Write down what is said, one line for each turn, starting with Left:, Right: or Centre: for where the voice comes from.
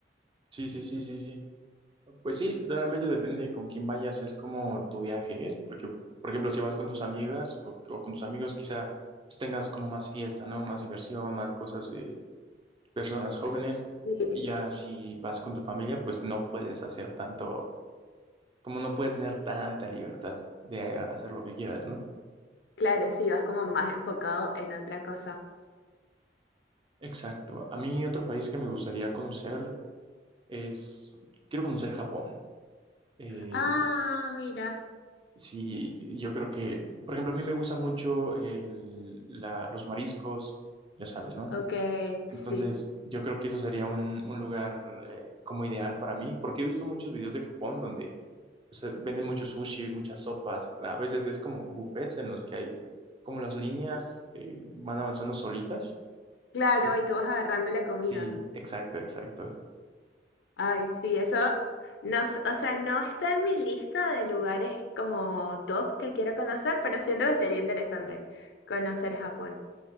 Right: Sí, sí, sí, sí, sí. Pues sí, realmente depende de con quién vayas, es como tu viaje es, porque, por ejemplo, si vas con tus amigas o, o con tus amigos, quizá pues tengas como más fiesta, ¿no? Más diversión, más cosas, eh, personas jóvenes.
Left: Sí.
Right: Y ya si vas con tu familia, pues no puedes hacer tanto, como no puedes tener tanta libertad de hacer lo que quieras, ¿no?
Left: Claro, sí, vas como más enfocado en otra cosa.
Right: Exacto. A mí otro país que me gustaría conocer es, quiero conocer Japón. Eh,
Left: Ah, mira.
Right: sí, yo creo que, por ejemplo, a mí me gusta mucho el- la- los mariscos, ya sabes, ¿no?
Left: Ok,
Right: Entonces,
Left: sí.
Right: yo creo que eso sería un, un lugar eh, como ideal para mí, porque he visto muchos videos de Japón donde O sea, venden mucho sushi, muchas sopas. A veces es como buffets en los que hay como las líneas eh, van avanzando solitas.
Left: Claro,
Right: Como-
Left: y tú vas agarrando la comida.
Right: Sí, exacto, exacto.
Left: Ay, sí, eso no, s- o sea, no está en mi lista de lugares como top que quiero conocer, pero siento que sería interesante conocer Japón.